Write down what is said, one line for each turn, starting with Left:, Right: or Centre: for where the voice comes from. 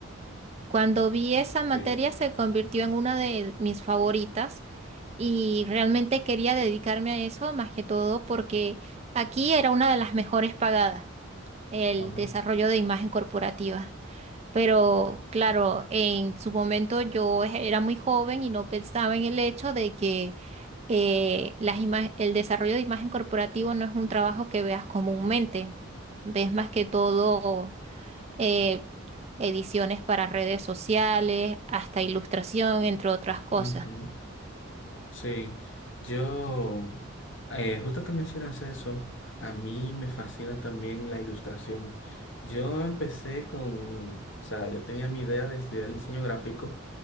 Right: Cuando vi esa materia
Left: sí.
Right: se convirtió en una de mis favoritas y realmente quería dedicarme a eso más que todo porque aquí era una de las mejores pagadas, el
Left: Ah,
Right: desarrollo de imagen corporativa. Pero claro, en su momento yo era muy joven y no pensaba en el hecho de que eh, las ima- el desarrollo de imagen corporativo no es un trabajo que veas comúnmente. Ves más que todo eh, ediciones para redes sociales, hasta ilustración, entre otras cosas.
Left: ujú. Sí, yo, eh, justo que mencionas eso, a mí me fascina también la ilustración. Yo empecé con, o sea, yo tenía mi idea de estudiar diseño gráfico